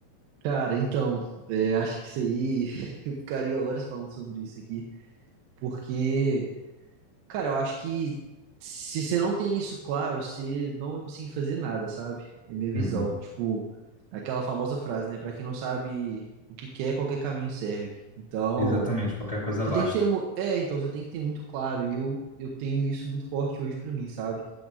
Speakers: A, on the right; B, on the left.
A: Cara, então, é, acho que isso aí, <laughs> eu ficaria horas falando sobre isso aqui, porque Cara, eu acho que se você não tem isso claro, você não vai conseguir fazer nada, sabe? É minha visão.
B: Uhum.
A: Tipo, aquela famosa frase, né? Pra quem não sabe o que quer, qualquer caminho serve. Então,
B: Exatamente, qualquer coisa
A: você
B: basta.
A: tem que ter. mu- É, então, você tem que ter muito claro. E eu, eu tenho isso muito forte hoje pra mim, sabe?